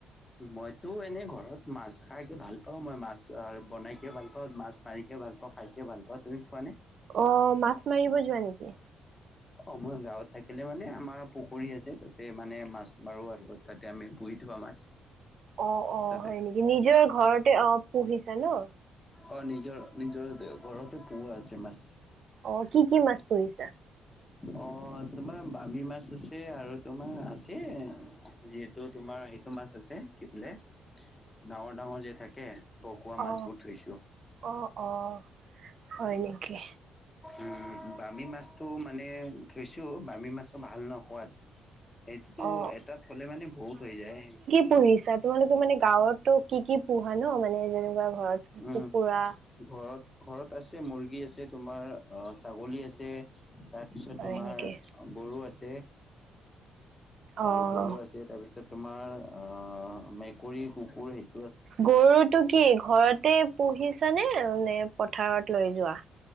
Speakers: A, on the left (about 20°); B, on the right (about 55°).
A: মইতো এনেই ঘৰত মাছ খাইকে ভাল পাওঁ, মই মাছ বনাইকে ভাল পাওঁ, মাছ- মাৰিকে ভাল পাওঁ খাই কে ভাল পাওঁ, তুমি পোৱা নে?
B: অ' মাছ মাৰিব যোৱা নেকি?
A: অঁ মই গাঁৱত থাকিলে মানে আমাৰ পুখুৰী আছে তাতে মানে মাছ মাৰো আৰু। তাতে আমি পুহি থোৱা মাছ।
B: অঁ অঁ
A: তাতে
B: হয় নেকি? নিজৰ ঘৰতে অঁ পুহিছা ন।
A: অঁ নিজৰ নিজৰ ঘৰতে পোহা আছে মাছ।
B: অ' কি কি মাছ পুহিছা?
A: অ' তোমাৰ বামি মাছ আছে আৰু তোমাৰ আছে- যিহেতু তোমাৰ সেইটো মাছ আছে, কি বোলে? ডাঙৰ ডাঙৰ যে থাকে- টকোৱা মাছ
B: অ
A: বহুত থৈছো।
B: অ অ হয় নেকি?
A: উম' বামি মাছটো মান- নে থৈছো, বামি মাছো ভাল ন সোৱাদ। সেইটোতো
B: অ
A: এটা থলে মানে বহুত হৈ যায়।
B: পুঁহিছা, তোমালোকে মানে গাঁৱতো কি কি পোহা ন মানে যেনেকুৱা ঘৰত
A: উম
B: কুকুৰা?
A: ঘৰত ঘৰত আছে মুৰ্গী আছে তোমাৰ- অঁ ছাগলী আছে তাৰপিছত
B: হয়
A: তোমাৰ
B: নেকি
A: গৰু আছে।
B: অঁ
A: আৰু গৰু আছে তাৰ পিছত তোমাৰ অঁ মেকুৰী, কুকুৰ হেই-
B: গৰুটো কি ঘৰতে পুহিছানে নে পথাৰত লৈ যোৱা?